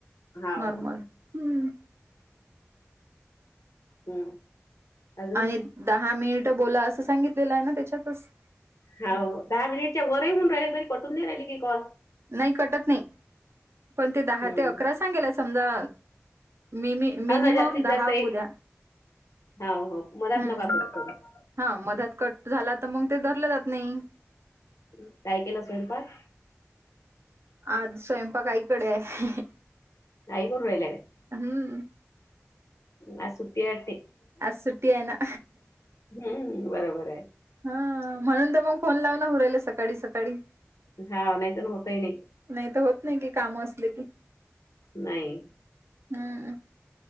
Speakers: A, on the left (about 80°); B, on the right (about 55°).
A: हा हा
B: नॉर्मल हम्म.
A: हम्म.. अजून
B: आणि दहा मिनिट बोला असं, सांगितलेलं आहे ना तेच्यातच.
A: हो दहा मिनिटच्या वरही होऊन राहिले तरी कटून नाही राहिले की कॉल.
B: नाही कटत नाही पण ते दहा
A: हम्म.
B: ते अकरा सांगेल समजा मी-मी. मिनिमम
A: हा ना जास्तीत
B: दहा
A: जास्त
B: घोद्या
A: एक हा हो मधात
B: हम्म.
A: नका कट करू.
B: हा मधत कट झाला तर मग, ते धरलं जात नाही.
A: काय केला स्वयंपाक.
B: आज स्वयंपाक आईकडे हाय.
A: घाई कुरू राहिल्या काय.
B: हम्म..
A: आज सुट्टी आहे वाटते.
B: आज सुटी आहे ना.
A: हम्म बरोबर आहे.
B: हा म्हणून तर मग नवऱ्याल फोन लावून सकाळी सकाळी.
A: हा नाही तर होतही नाही
B: नाही तर होत नाही की काम असले की.
A: नाही.
B: हम्म..